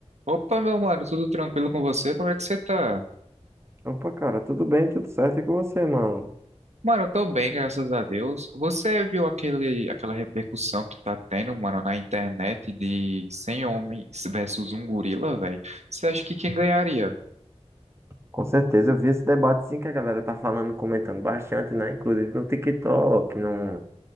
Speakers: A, on the right; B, on the right.
A: Opa, meu mano, tudo tranquilo com você? Como é que você tá?
B: Opa, cara, tudo bem, tudo certo e com você, mano?
A: Mano, eu tô bem, graças a Deus. Você viu aquele, aquela repercussão que tá tendo, mano, na internet de 100 homens versus um gorila, velho? Você acha que quem ganharia?
B: Com certeza, eu vi esse debate sim que a galera tá falando, comentando bastante, né? Inclusive no TikTok, no,